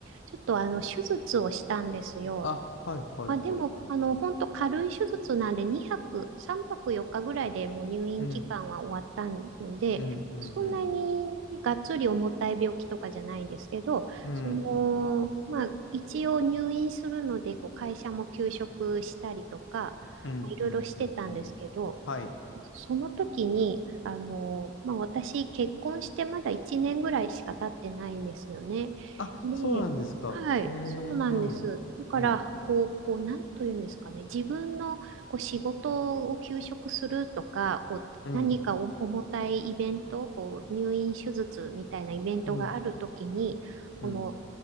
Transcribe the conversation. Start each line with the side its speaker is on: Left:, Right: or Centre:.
Right: ちょっとあの、手術をしたんですよ。
Left: あ、はい、はい、
Right: あ、でも、
Left: はい、はい。
Right: あの、本当軽い手術なんで、2泊、3泊4日ぐらいでもう入院期間は終わったので、
Left: うん、うん、うん、
Right: そんなにがっつり重たい病気とかじゃないんですけど、
Left: うん、うん。
Right: その、まあ、一応入院するので、こう会社も休職したりとか、
Left: うん、
Right: まあいろいろしてたんですけど、
Left: うん、うん、うん。うんはい。
Right: その時に、あの、まあ、私、結婚してまだ1年ぐらいしか経ってないんですよね。
Left: あ、
Right: で、
Left: そうなんですか。
Right: はい、
Left: ええ、
Right: そうなんです。
Left: うん、
Right: だから、
Left: うん、
Right: こう、こう、なんというんですかね、自分のこう仕事を休職するとか、こう、
Left: うん、
Right: 何かお重たいイベント、こう、入院手術みたいなイベントがあるときに、
Left: うん、うん。
Right: この、